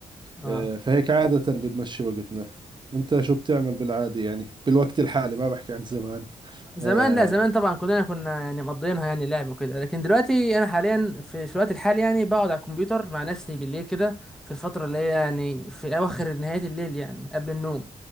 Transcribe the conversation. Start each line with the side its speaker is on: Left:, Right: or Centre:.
Centre: اه
Right: آه فهيك عادة بنمشي وقتنا أنت شو بتعمل بالعادة يعني بالوقت الحالي ما بحكي عن زمان
Centre: زمان
Right: آه
Centre: لا زمان طبعا كلنا كنا يعني مقضيينها يعني لعب وكده لكن دلوقتي انا حاليا في, في الوقت الحالي يعني بقعد على الكمبيوتر مع نفسي بالليل كده في الفتره اللي هي يعني في اواخر نهايه الليل يعني قبل النوم